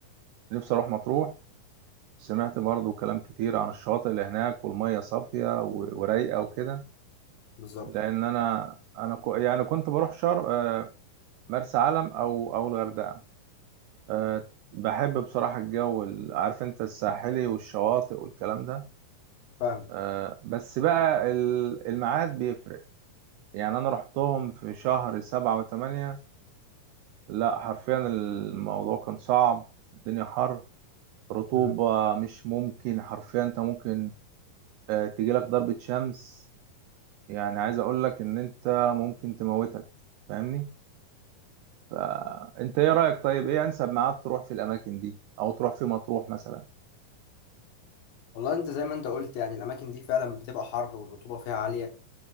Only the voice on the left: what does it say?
بالظبط
فاهم
مم.
والله انت زي ما انت قلت يعني الاماكن دي فعلا بتبقى حر والرطوبه فيها عاليه